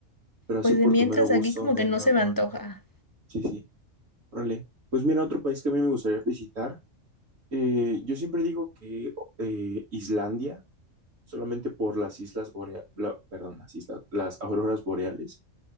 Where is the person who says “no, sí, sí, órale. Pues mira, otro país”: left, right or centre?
Right